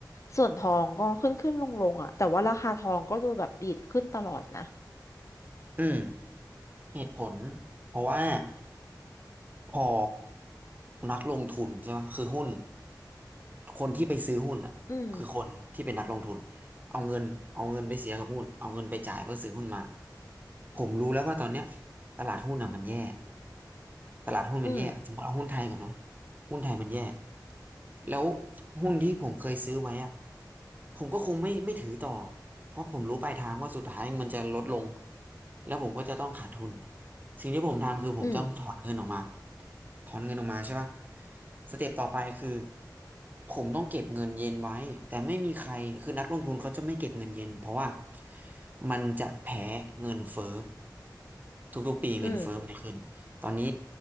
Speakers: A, on the left; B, on the right.
A: ส่วนทองก็ขึ้นขึ้นลงลงอ่ะแต่ว่าราคาทองก็ดูแบบดีดขึ้นตลอดนะ
B: อืมเหตุผลเพราะว่า พอนักลงทุนใช่ไหมคือหุ้นคนที่ไปซื้อหุ้นอ่ะคือคนที่เป็นนักลงทุน
A: อืม
B: เอาเงินเอาเงินไปเสียกับหุ้นเอาเงินไปจ่ายเพื่อซื้อหุ้นมาผมรู้แล้วว่าตอนเนี้ยตลาดหุ้นอ่ะมันแย่ตลาดหุ้นมันแย่สมมติเอาหุ้นไทยก่อนนะ
A: อืม
B: หุ้นไทยมันแย่แล้วหุ้นที่ผมเคยซื้อไว้อะผมก็คงไม่ไม่ถือต่อเพราะผมรู้ปลายทางว่าสุดท้ายมันจะลดลงแล้วผมก็จะต้องขาดทุนสิ่งที่ผมทำคือผมต้องถอนเงินออกมา
A: อืม
B: ถอนเงินออกมาใช่ป่ะสเต็ปต่อไปคือผมต้องเก็บเงินเย็นไว้แต่ไม่มีใครคือนักลงทุนเขาจะไม่เก็บเงินเย็นเพราะว่ามันจะแพ้เงินเฟ้อทุกๆปีเงินเฟ้อมันจะขึ้นตอนนี้
A: อืม